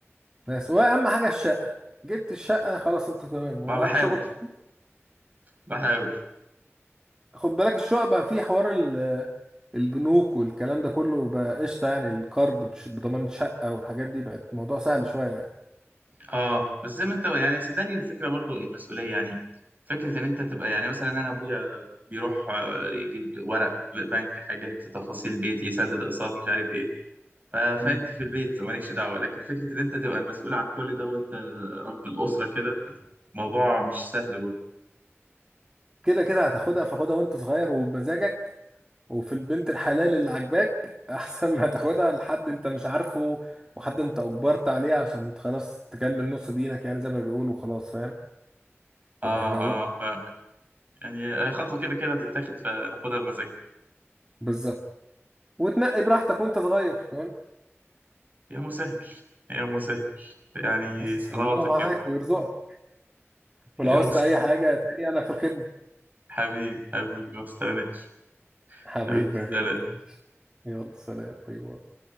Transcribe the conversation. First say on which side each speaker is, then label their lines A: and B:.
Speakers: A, on the right; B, on the right.
A: بس واهم حاجه الشقه جبت الشقه خلاص انت تمام
B: ما
A: ومعاك
B: بحاول
A: شغل
B: بحاول
A: خد بالك الشقق بقى فيه حوار ال- البنوك والكلام ده كله بقى قشطه يعني الكارد بش- بضمان شقه والحاجات دي بقت الموضوع سهل شويه يعني
B: اه بس زي ما انت يعني صدقني الفكره برضو المسؤوليه يعني فكره ان انت تبقى يعني مثلا انا ابويا بيروح آه، يجيب ورق ب- بنك حاجات تفاصيل بيتي يسدد اقساط مش عارف ايه ف- فانت
A: مم.
B: في البيت مالكش دعوه لكن فكره ان انت تبقى المسؤول عن كل ده وانت رب الاسره كده موضوع مش سهل برضو
A: كده كده هتاخدها فاخدها وانت صغير وبمزاجك وفي البنت الحلال اللي عاجباك <laughs> احسن ما تاخدها لحد انت مش عارفه وحد انت اجبرت عليه عشان خلاص تكمل نص دينك يعني زي ما بيقولوا خلاص فاهم
B: اه
A: تبقى اتجوزت
B: اه فاهمك يعني آه، خطوه كده كده هتتاخد فناخدها بمزاجنا
A: بالظبط وتنقي براحتك وانت صغير فاهم
B: يا مسهل يا مسهل يعني
A: بس
B: صلواتك
A: ربنا معاك
B: كده
A: ويرزقك ولو
B: يا
A: عوزت
B: مسهل
A: اي حاجه تاني انا في الخدمه
B: حبيبي حبيبي ما تستغناش
A: حبيبي
B: حبيبي سلام
A: يا غالي يلا سلام باي باي